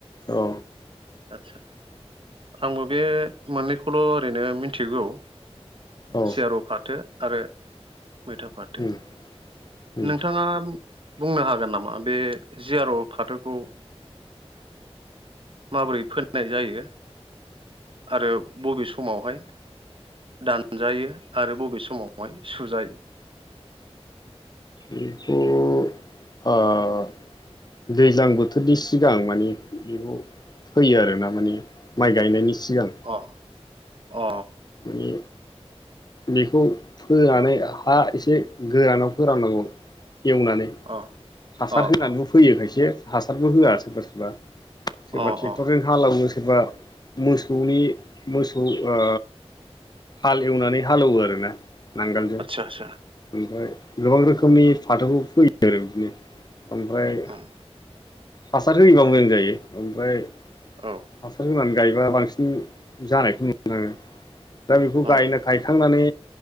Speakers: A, on the left; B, on the right.
A: औ
B: आदसा आंबो बे मोननैखौल' ओरैनो मिथिगौ
A: औ
B: जियार' फाथो आरो मैथा फाथो
A: उम उम
B: नोंथाङा बुंनो हागोन नामा बे जिआर' फाथोखौ माबोरै फोननाय जायो आरो बबे समावहाय दानजायो आरो बबे समावहाय सुजायो
A: बेखौ आ दैज्लां बोथोरनि सिगां माने बेखौ फोयो आरो ना माने माइ गायनायनि सिगां
B: अ अ
A: मानि बेखौ फोनानै हा एसे गोरानाव फोराननांगौ एवनानै
B: अ
A: हासार
B: अ
A: होनानै
B: अ
A: फैयो खायसे हासारबो होया सोरबा सोरबा सोरबा
B: अ
A: ट्रेक्टरजों
B: अ
A: हालेवनो सोरबा मोसौनि मोसौ ओ हालेव एवनानै हालेवो आरोना नांगोल
B: आसा
A: ओमफ्राय गोबां रोखोमनि फाथोखौ फैयो आरो बिदिनो ओमफ्राय
B: उम
A: हासार होयोबा मोजां जायो ओमफ्राय
B: औ
A: हासार होनानै गायोब्ला बांसिन जानायखौ नु- उम दा बेखौ गायनो
B: उम
A: गायखांनानै